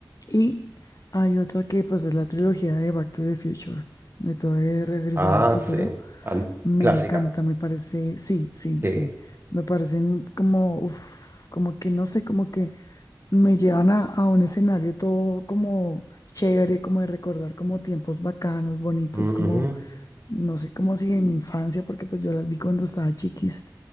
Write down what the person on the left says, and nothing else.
Y hay otra que pues es la trilogía de Back to the Future, de todo de Regresar
al Futuro.
Me
encanta, me parece, sí, sí,
sí, me parecen como, uf, como que no sé, como que me llevan a, a un escenario todo como chévere, como de recordar como tiempos bacanos, bonitos,
como, no sé, como si de mi infancia, porque pues yo las vi cuando estaba chiquis